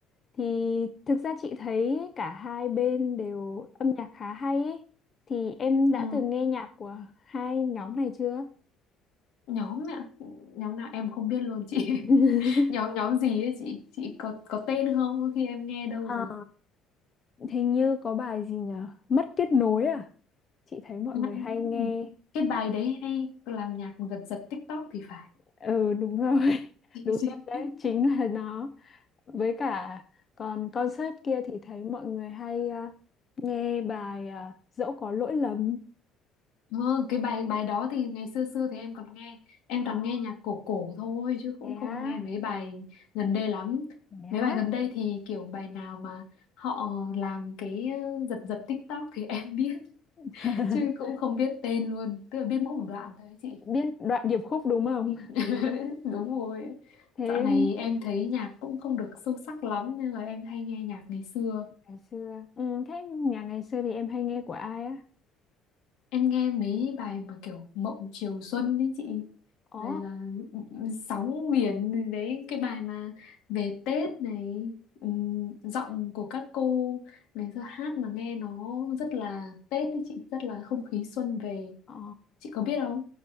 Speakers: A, on the left; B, on the left.
A: thì thực ra chị thấy cả hai bên đều âm nhạc khá hay ấy. Thì em đã
B: Ừ,
A: từng nghe nhạc của hai nhóm này chưa?
B: nhóm ạ. Nhóm nào em không biết luôn chị.
A: <laughs>
B: <laughs> Nhóm nhóm gì ấy chị? Chị có có tên không? Có khi em nghe đâu
A: Ờ, hình như có bài gì nhở Mất kết nối à? chị thấy mọi
B: À,
A: người
B: à.
A: hay nghe
B: cái bài đấy hay làm nhạc giật giật TikTok thì phải
A: ừ đúng rồi <laughs>
B: <laughs>
A: đúng rồi đấy chính là nó với cả còn concert kia thì thấy mọi người hay à, nghe bài à, dẫu có lỗi lầm
B: ừ, cái bài bài đó thì ngày xưa xưa thì em còn nghe em
A: à,
B: toàn nghe nhạc cổ cổ thôi chứ cũng
A: thế
B: không
A: á
B: nghe mấy bài gần đây lắm
A: thế á
B: mấy bài gần đây thì kiểu bài nào mà họ làm cái ờ, giật giật TikTok thì em biết <laughs>
A: <laughs>
B: chứ cũng không biết tên luôn tức là biết mỗi một đoạn thôi ấy chị
A: biết đoạn điệp khúc đúng không
B: <laughs> đúng rồi
A: <laughs> thế
B: dạo này em thấy nhạc cũng không được sâu sắc lắm nên là em hay nghe nhạc ngày xưa
A: ngày xưa ừ, thế nhà ngày xưa thì em hay nghe của ai á
B: Em nghe mấy bài mà kiểu Mộng Chiều Xuân đấy chị
A: ồ
B: Rồi là ừ, Sóng Biển Đấy cái bài mà về Tết này ừm, Giọng của các cô Ngày xưa hát mà nghe nó rất là Tết đấy chị Rất là không khí xuân về
A: ồ
B: Chị có biết không?